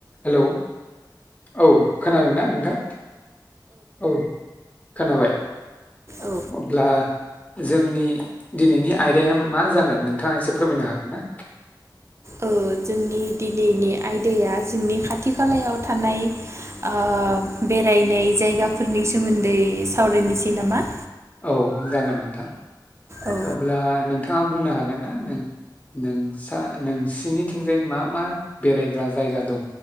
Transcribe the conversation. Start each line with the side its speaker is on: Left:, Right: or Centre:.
Left: हेलौ औ खोनादोंना नोंथां? औ खोनाबाय
Right: औ
Left: अब्ला जोंनि दिनैनि आयदाया मा जागोन नोंथाङा एसे फोरमायनो हागोन ना?
Right: औ जोंनि दिनैनि आयदाया जोंनि खाथि खालायाव थानाय ओ बेरायनाय जायगाफोरनि सोमोन्दै सावरायनोसै नामा?
Left: औ जागोन नोंथां
Right: औ
Left: अब्ला नोंथाङा बुंनो हागोन ना नों नोंसा नोंसिनिथिंजाय मा मा बेरायग्रा जायगा दङ